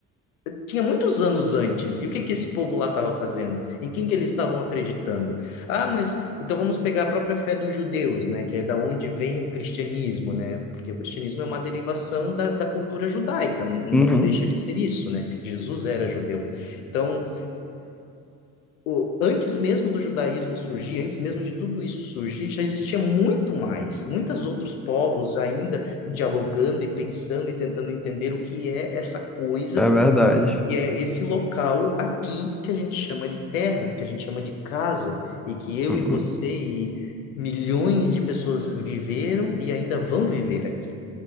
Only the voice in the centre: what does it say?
Uhum.
É verdade.
Uhum.